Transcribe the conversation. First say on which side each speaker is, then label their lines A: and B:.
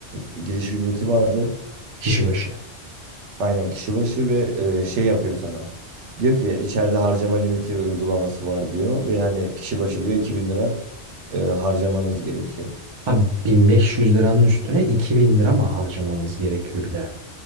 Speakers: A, on the right; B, on the right.
A: e, giriş ücreti vardı.
B: Kişi başı.
A: Aynen kişi başı ve e, şey yapıyor sana. Diyor ki içeride harcama limiti uygulaması var diyor ve yani kişi başı diyor 2000 lira e, harcamanız gerekiyor.
B: Ha 1500 liranın üstüne 2000 lira mı harcamamız gerekiyor bir de?